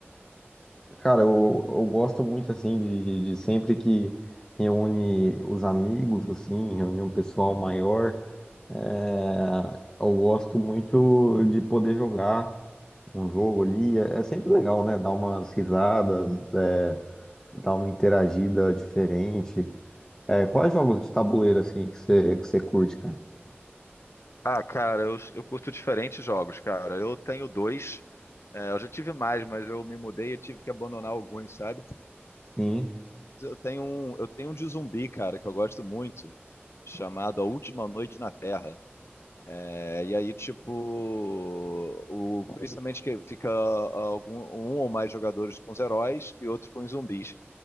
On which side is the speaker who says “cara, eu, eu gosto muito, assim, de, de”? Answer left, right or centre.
Left